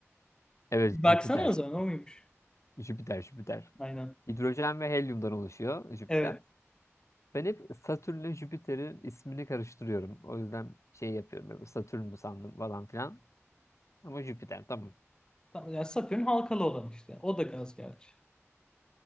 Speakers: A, on the left; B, on the left.
A: Evet
B: Baksana
A: Jüpiter.
B: o zaman o muymuş?
A: Jüpiter, Jüpiter.
B: Aynen.
A: Hidrojen ve helyumdan oluşuyor Jüpiter.
B: Evet.
A: Ben hep Satürn'le Jüpiter'in ismini karıştırıyorum. O yüzden şey yapıyorum. Böyle Satürn mü sandım falan filan. Ama Jüpiter tamam.
B: Tamam, Ya Satürn halkalı olan işte. O da gaz gerçi.